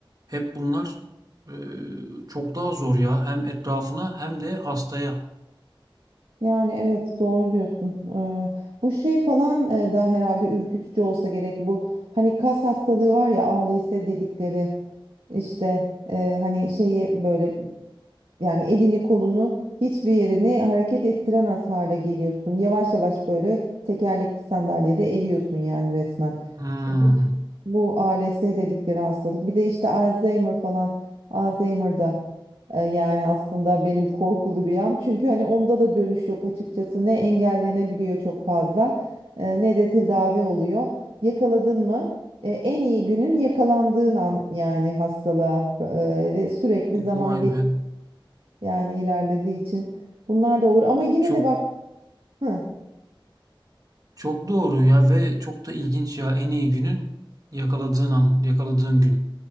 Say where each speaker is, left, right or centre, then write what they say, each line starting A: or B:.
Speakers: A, on the right; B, on the right.
A: hep bunlar e, çok daha zor ya. Hem etrafına hem de hastaya.
B: Yani evet doğru diyorsun. Eee, bu şey falan e, da herhalde ürkütücü olsa gerek bu. Hani kas hastalığı var ya ALS dedikleri işte e, hani şeyi böyle yani elini kolunu hiçbir yerini hareket ettiremez hale geliyorsun. Yavaş yavaş böyle tekerlekli sandalyede eriyorsun yani resmen.
A: Hmm,
B: İşte bu, bu ALS dedikleri hastalık. Bir de işte Alzheimer falan. Alzheimer'da e, yani aslında benim korkulu rüyam. Çünkü hani onda da dönüş yok açıkçası. Ne engellenebiliyor çok fazla e, ne de tedavi oluyor. Yakaladın mı? E, en iyi günün yakalandığın an yani hastalığa e, ve sürekli zaman
A: vay
B: e,
A: be.
B: yani ilerlediği için bunlar da olur ama yine
A: Çok
B: de bak hı,
A: Çok doğru ya ve çok da ilginç ya. En iyi günün yakaladığın an, yakaladığın gün.